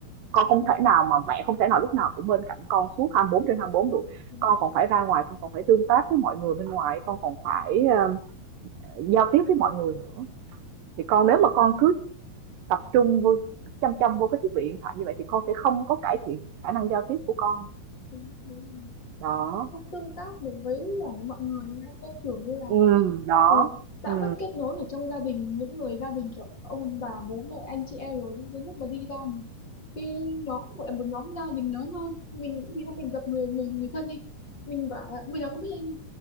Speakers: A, on the right; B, on the left.
A: con không thể nào mà mẹ không thể nào lúc nào cũng bên cạnh con suốt 24 trên 24 được
B: đúng,
A: con còn phải ra ngoài con còn phải tương tác với mọi người bên ngoài con còn phải ờ, giao tiếp với mọi người nữa thì con nếu mà con cứ tập trung vô chăm chăm vô cái thiết bị điện thoại như vậy thì con sẽ không có cải thiện khả năng giao tiếp của con
B: đúng, đúng.
A: đó
B: không tương tác được với à, mọi người ấy. nên kiểu như là
A: ừ đó
B: ừ, đã
A: ừ
B: mất kết nối ở trong gia đình những người gia đình kiểu ông bà bố mẹ anh chị em rồi nhưng đến lúc mà đi ra một cái nhóm gọi là một nhóm gia đình lớn hơn mình khi mà mình gặp người người người thân đi mình bảo là bây giờ không biết anh